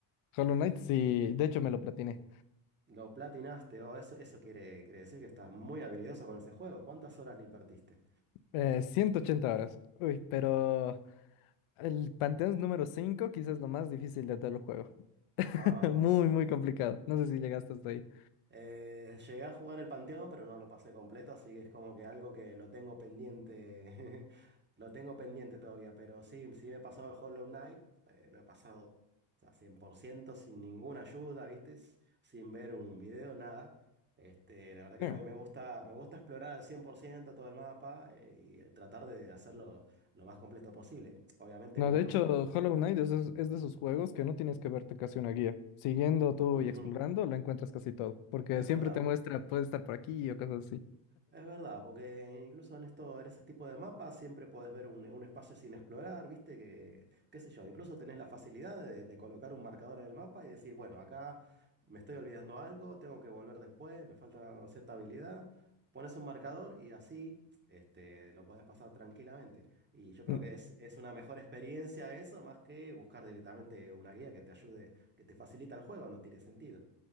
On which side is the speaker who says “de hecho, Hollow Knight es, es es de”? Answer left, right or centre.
Left